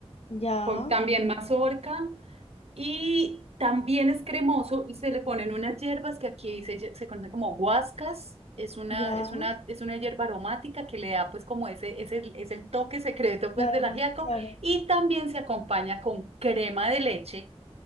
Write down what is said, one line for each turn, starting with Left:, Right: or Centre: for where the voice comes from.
Left: Ya,
Right: con también mazorca Y también es cremoso y se le ponen unas hierbas que aquí se, lle- se conocen como guascas Es una,
Left: ya,
Right: es una, es una hierba aromática que le da pues como ese, ese, es el toque secreto
Left: claro,
Right: pues del ajiaco.
Left: claro.
Right: Y también se acompaña con crema de leche